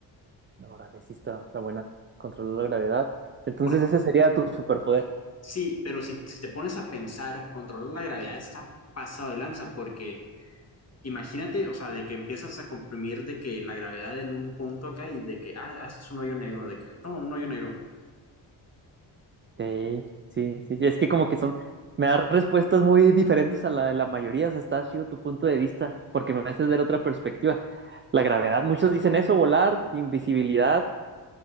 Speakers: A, on the right (about 25°); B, on the left (about 30°).
A: No, Órale, sí está, está buena, controlar la gravedad. Entonces
B: Por-
A: ese sería tu superpoder.
B: sí, pero si, si te pones a pensar, controlar la gravedad está pasado de lanza porque imagínate, o sea, de que empiezas a comprimir de que la gravedad en un punto acá y de que, ah, ah, eso es un hoyo negro, de que, toma, un hoyo negro.
A: Sí, sí, sí, sí, es que como que son, me das respuestas muy diferentes a la de la mayoría, o sea, está chido tu punto de vista, porque me haces ver otra perspectiva. La gravedad, muchos dicen eso, volar, invisibilidad,